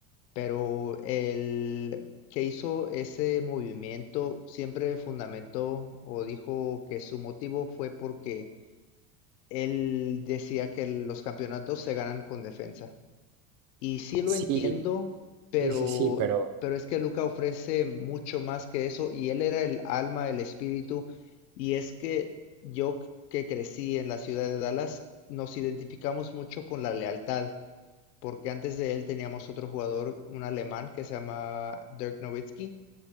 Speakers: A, on the left; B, on the right.
A: Pero el que hizo ese movimiento siempre fundamentó o dijo que su motivo fue porque él decía que los campeonatos se ganan con defensa. Y sí lo
B: Sí,
A: entiendo, pero,
B: sí, sí, sí, pero
A: pero es que Luca ofrece mucho más que eso y él era el alma, el espíritu, y es que yo que crecí en la ciudad de Dallas, nos identificamos mucho con la lealtad, porque antes de él teníamos otro jugador, un alemán que se llama Dirk Nowitzki,